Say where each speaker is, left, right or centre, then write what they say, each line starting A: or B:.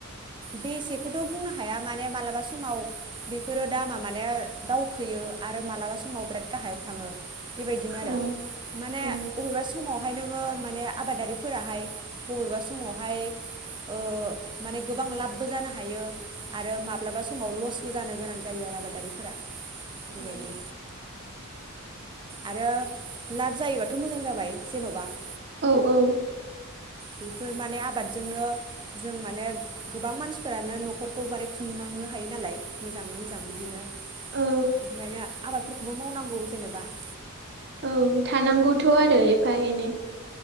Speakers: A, on the right (about 20°); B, on the right (about 55°).
A: बेसेखौथ' बुंनो हाया माने मालाबा समाव बेफोरो दामा मानो दावखोयो आरो मालाबा समाव बिराद गाहायाव थाङो। <inaudible> बेबायदिनो आरो
B: अ
A: माने
B: अ
A: <inaudible> अबेबा समावहाय नोङो माने आबादारिफोराहाय बबेबा समावहाय ओ माने <inaudible> गोबां लाबबो जानो हायो आरो माब्लाबा समाव लसबो जानो गोनां जायो आरो आबादारिफोरा
B: औ
A: बेबायदि आरो लाब जायोबाथ' मोजां जाबाय जेन'बा। <inaudible>
B: औ - औ।
A: बेफोर माने आबादजोंनो जों माने गोबां मानसिफोरानो न'खरखौ माने खुंनांनो हायो नालाय मोजाङै मोजां बिदिनो बेफोरखायनो
B: औ
A: आबादफोरखौबो मावनांगौ जेनेबा <inaudible>
B: औ थानांगौथ' आरो एफा एनै।